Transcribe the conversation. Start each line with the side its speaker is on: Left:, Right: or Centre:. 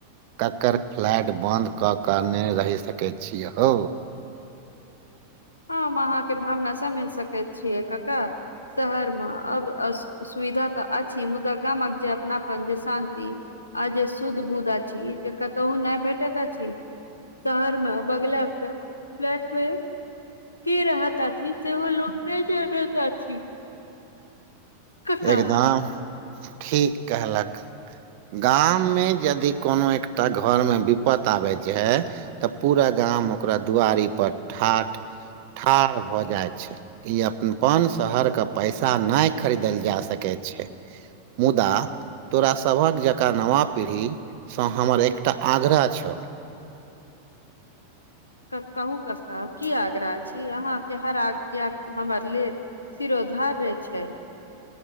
Right: ककर फ्लैट बन्द कऽ कऽ नहि रहि सकैत छीय हौ।
Left: हम अहाँके भावना समझि सकैत छियै कक्का। शहर मे अब सुविधा तऽ अछि मुदा गामक जे अपनापन जे शान्ति आ जे शुध बुध अछि जे कतहु नय भेटैत अछि। शहरमे बगल के फ्लैट मे की रहैत अथि सेहो लोक नय जानैत अछि। कका
Right: एकदम ठीक कहलक। गाममे यदि कोनो एकटा घोरमे विप्त आबैतऽ छैय। तऽ पूरा गाम ओकरा दुआरि पर ठाठ ठाार भोऽ जाय छैय इ अपन शहर के पैसा न खरीद खरीद कऽ जा सके छैय। मुदा तोरा सभक जकाँ नवा पीढ़ीसँ हमर एकटा आग्रह छऔ
Left: त कहू कक्का की आग्रह छी अहाँके हर आज्ञा हमर लेल सिरोधार रहै छैय।